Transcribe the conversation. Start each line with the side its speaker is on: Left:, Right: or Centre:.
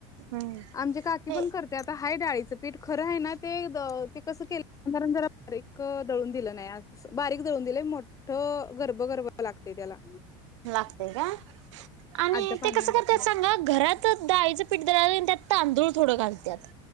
Right: हम्म. ते
Left: आमचे काकी पण करते आता. हाये डाळीचं पीठ खरं आहे ना ते ते कसं केलं <unintelligible> जरा बारीक दळून दिलं नाही <unintelligible> बारीक दळून दिलंय मोठ गर्भगर्भ लागते त्याला.
Right: लागतय का आणि
Left: आजा पाणी
Right: ते कस
Left: आणाय
Right: करतय
Left: गेल्या
Right: सांगा घरात दाळींच पी पीठ दळाले अन् त्यात तांदूळ थोडं घालत्यात.